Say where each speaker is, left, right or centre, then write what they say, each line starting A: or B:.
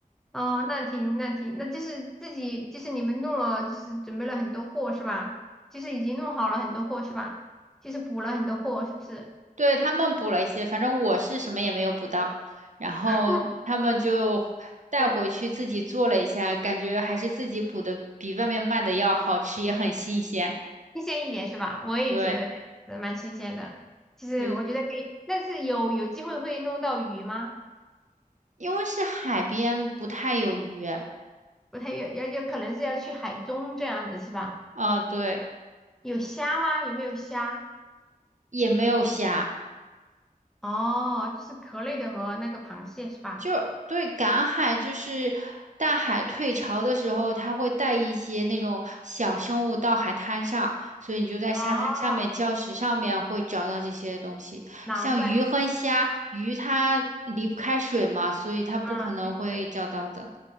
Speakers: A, in the centre; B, on the right.
A: 哦，那挺那挺，那就是自己就是你们弄了，就是准备了很多货是吧？就是已经弄好了很多货是吧？就是补了很多货是不是？
B: 对，他们补了一些，反正我是什么也没有补到，然后他们就带回去自己做了一下，
A: <laughs> 对
B: 感觉还是自己补的比外面卖的要好吃，也很新鲜。
A: 新鲜一点是吧？我也觉得这样子蛮新鲜的。
B: 对
A: 其实我觉得可以，
B: 对，
A: 但是有有机会会弄到鱼吗？
B: 因为是海边，不太有鱼。
A: 不太要要要，可能是要去海中这样子是吧？
B: 啊，对，
A: 有虾吗？有没有虾？
B: 也没有虾。
A: 哦，就是壳类的和那个螃蟹是吧？
B: 就对，赶海就是大海退潮的时候，它会带一些那种小生物到海滩上，所以你就在沙滩上面、
A: 哦，
B: 礁石上面会找到这些东西，
A: 难怪，
B: 像鱼和虾，鱼它离不开水嘛，所以它不可能会找到的
A: 嗯，对对，